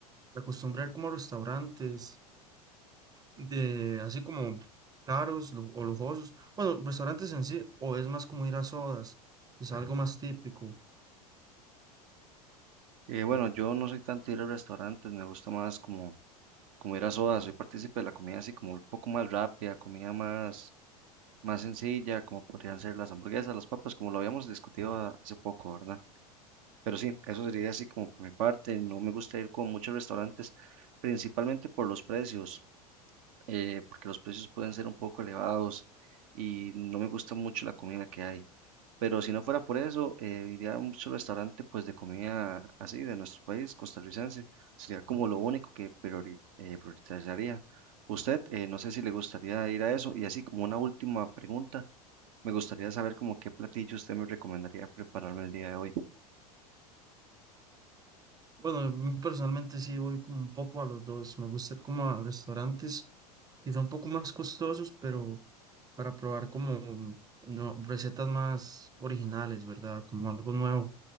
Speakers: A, on the right; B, on the right.
A: acostumbra ir como a restaurantes de así como caros lu- o lujosos. Bueno, restaurantes en sí, o es más como ir a sodas, es algo más típico.
B: Eh, bueno, yo no soy tanto de ir a restaurantes, me gusta más como como ir a soda, soy partícipe de la comida así como un poco más rápida, comida más, más sencilla, como podrían ser las hamburguesas, las papas, como lo habíamos discutido a- hace poco, ¿verdad? Pero sí, eso sería así como por mi parte, no me gusta ir con muchos restaurantes, principalmente por los precios eh, porque los precios pueden ser un poco elevados y no me gusta mucho la comida que hay. Pero si no fuera por eso, eh, iría a mucho restaurante pues de comida así de nuestro país, costarricense. Sería como lo único que priori- eh, priorizaría. Usted, eh, no sé si le gustaría ir a eso. Y así como una última pregunta, me gustaría saber como qué platillo usted me recomendaría prepararme el día de hoy.
A: Bueno, a mí personalmente sí voy como un poco a los dos. Me gusta ir como a restaurantes quizá un poco más costosos, pero para probar como mm, no, recetas más originales, ¿verdad? Como algo nuevo.